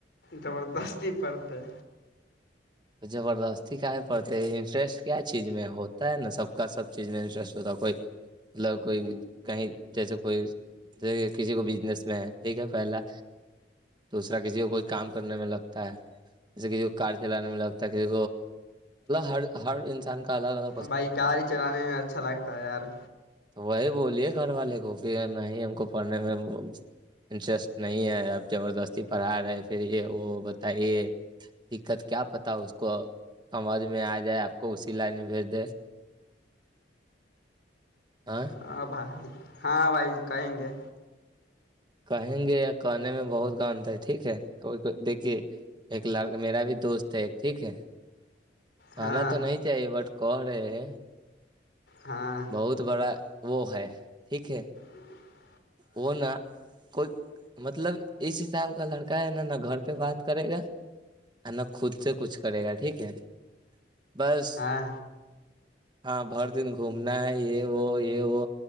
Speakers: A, on the left; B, on the right.
A: زبردستی پڑت ہے-
B: تو زبردستی کا پڑتے انٹرسٹ کیا چیز میں ہوتا ہے نا سب کا سب چیز میں انٹرسٹ ہوتا ہے کوئی- لل کوئی کہیں جیسے کوئی- ج کسی کو بزنس میں ہے ٹھیک ہے پہلا- دوسرا کسی کو کوئی کام کرنے میں لگتا ہے جیسے کسی کو کار چلانے میں لگتا ہے- ہر- ہر ان کا الگ ال
A: بھائی گاڑی چلانے میں اچھا لگتا ہے یار-
B: تو وہی بولیے گھر والے کو کہ نہیں ہم کو پڑھنے میں- انٹرسٹ نہیں ہے اب زبردستی پڑھا رہے پھر یہ وہ بتائیے- دقت کیا پتا- تب اس کو سمجھ میں آ جائے آپ کو اسی لائن میں بھیج دے- آ
A: ہاں بھائی ہاں بھائی کہیں گے
B: کہیں گے یا کہنے میں بہت کاانتا ہے ٹھیک ہےئی دیکھیے ایک لڑک میرا بھی دوست ہے ایک ٹھیک ہے
A: ہاں
B: آنا تو نہیں تھ یہ بٹ کو رہ ہے
A: ہاں
B: بہت بڑا وہ ہے ٹھیک ہے
A: ہ <unintelligible>
B: اونا کوئی مطلب اس حساب کا لڑکا ہے ن نہا گھر پہ بات کرے گا ا نا خود سے کچھ کرے گا ٹھیک ہے بس
A: ہاں
B: ہاں بھر دن گھومنا ہے یہ وہ یہ وہ